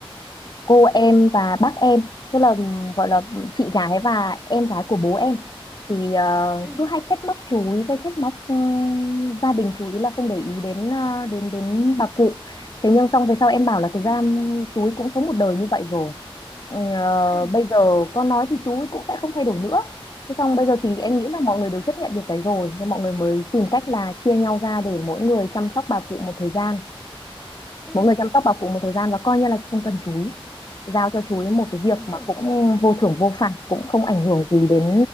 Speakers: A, on the left; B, in the centre.
A: cô em và bác em tức là ừm, gọi là chị gái và em gái của bố em thì ờ,
B: ừ
A: cứ hay trách móc chú ý với trách móc ừm, gia đình chú ý là không để ý đến ờ, đến đến bà cụ thế nhưng xong về sau em bảo là thực
B: ừ
A: ra ừm, chú ấy cũng sống một đời như vậy rồi Ừ, ờ,
B: ừ
A: bây giờ con nói thì chú ấy cũng sẽ không thay đổi nữa thế xong bây giờ thì em
B: ừ
A: nghĩ là mọi người đều chấp nhận việc đấy rồi nên mọi người mới tìm cách là chia nhau ra để mỗi người chăm sóc bà cụ một thời gian
B: ừ
A: mỗi người chăm sóc bà cụ một thời gian và coi như là không cần chú ý giao cho chú ý một cái
B: đúng
A: việc mà
B: rồi
A: cũng vô thưởng vô phạt cũng không ảnh hưởng gì đến